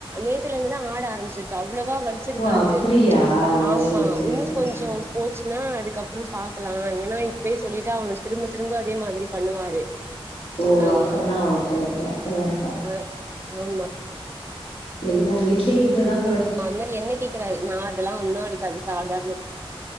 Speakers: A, on the right; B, on the left.
A: நேத்துலிருந்துதா ஆட ஆரம்பிச்சிருக்கு அவ்வளவா வலிச்சிருக்காது
B: ஓ அப்டியா ஓ
A: ஆமா
B: சேரி சேரி
A: இன்னு
B: சேரி
A: கொஞ்சு
B: சேரி
A: போச்சுன்னா அதுக்கப்புற பாக்கலா ஏன்னா இதுவே சொல்லிட்ட அவன் திரும்ப திரும்ப அதே மாதிரி பண்ணுவாரு
B: ஓ
A: ஆமா
B: அப்பனா ஓக்கே ஓக்கே அப்ப வேண்டா
A: ஆ ஆமா அ
B: எல்லார் வீ்ட்லேயு இப்டிதா போல
A: அந்த மாரி என்ன கேக்குறாரு நா அதெல்லா ஒன்னுஔ அடிக்காது சாதாரண